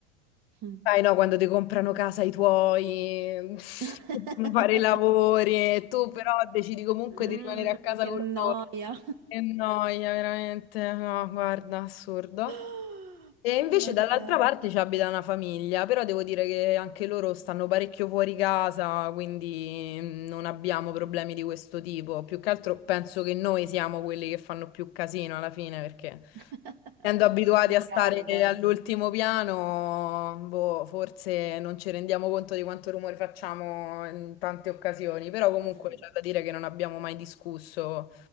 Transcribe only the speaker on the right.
Mm.
<laughs>
Mm,
che
noia.
<gasps>
<laughs> Beata
lei.
<laughs>
Con
i
cani poi.
Mm.